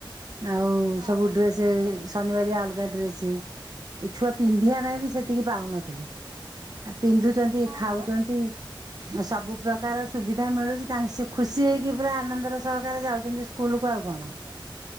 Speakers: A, on the right (about 45°); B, on the right (about 80°).
A: ଆଉ
B: ହଁ
A: ସବୁ ଡ୍ରେସ ସେ ଶନିବାରିଆ ଅଲଗା ଡ୍ରେସେ ଏ ଛୁଆ ପିନ୍ଧିବା ପାଇଁ ବି ସେତିକି ପାଉନଥିଲେ ପିନ୍ଧୁଛନ୍ତି,
B: ହଁ
A: ଖାଉଛନ୍ତି
B: ପରା
A: ସବୁ ପ୍ରକାର ସୁବିଧା ମିଳୁଛି ତାଙ୍କ ସେ ଖୁସି ହେଇକି ପୁରା ଆନନ୍ଦର ସହକାରେ ଯାଉଛନ୍ତି ସ୍କୁଲକୁ ଆଉ କଣ?